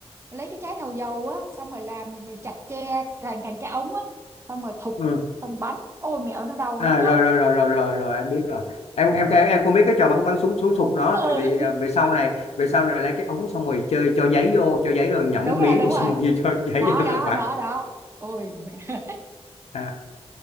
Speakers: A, on the right; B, on the left.
A: lấy cái trái thầu dầu á xong rồi làm rồi chặt tre thành thành cái ống á xong rồi thụp
B: Ừ.
A: xong bắn ôi mẹo nó đau
B: À
A: lắm nha
B: rồi rồi rồi rồi rồi rồi em biết rồi. Em em em em cũng biết cái trò bắn bắn súng súng sục đó
A: ừ
B: tại vì à, về
A: <laughs>
B: sau này về sau này lấy cái ống xong rồi chơi cho giấy vô, cho giấy rồi nhậm
A: đúng
B: nước miếng
A: rồi đúng
B: rồi xong
A: rồi
B: rồi <laughs> cho giấy
A: đó
B: vô xong
A: đó
B: bắn.
A: đó đó ôi mẹ
B: À,